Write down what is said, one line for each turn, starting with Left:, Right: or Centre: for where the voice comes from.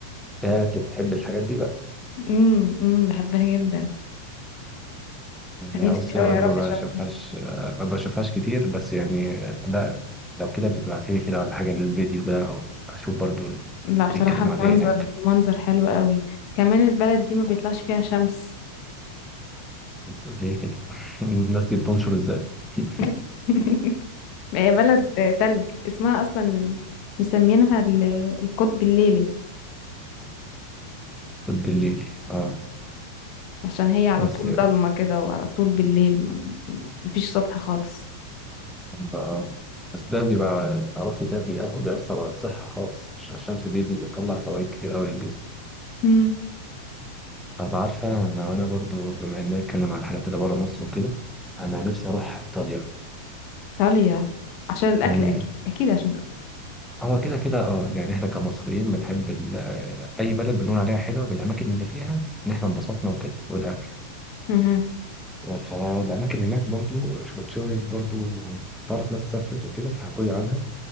Centre: يا أنت بتحب الحاجات دي بقى
Left: امم امم بحبها جدا
Centre: يعني
Left: نفسي
Centre: بصي
Left: قوي
Centre: هو أنا
Left: اروح
Centre: ما
Left: اشوف
Centre: بشوفهاش آه، ما بشوفهاش كتير بس يعني آه، لا لو كده بتبعتيلي كده ولا حاجة للفيديو ده أشوف برضو
Left: لا بصراحه
Centre: بيتكلموا
Left: المنظر
Centre: عن إيه هناك
Left: المنظر حلو قوي كمان البلد دي ما بيطلعش فيها شمس
Centre: بس ليه كده <laughs> الناس دي بتنشر إزاي <laughs>
Left: <laughs> هي بلد تلج اسمها اصلا ال- مسمينها ال- القطب الليلي
Centre: بالليل اه
Left: عشان هي على
Centre: بس
Left: طول ضلمة كده وعلى طول بالليل ما- مفيش صبح خالص
Centre: آه. بس ده بيبقى تعرفي ده بيأ- بيأثر على الصحة خالص عشان الشمس دي, دي بتطلع فوائد كتير أوي للجسم
Left: مم.
Centre: طب عارفة أنا وأنا برضو بما إننا بنتكلم عن الحاجات اللي بره مصر وكده أنا نفسي أروح إيطاليا
Left: إيطاليا عشان الأكل
Centre: امم
Left: أكيد أكيد عشان الأكل
Centre: هو كده كده اه يعني احنا كمصريين بنحب ال- آه، اي بلد بنقول عليها حلوه بالاماكن اللي فيها ان احنا انبسطنا وكده والاكل
Left: مهم.
Centre: فالاماكن هناك برضو كنت شايف برضو تعرف ناس سافرت وكده فحكوا لي عنها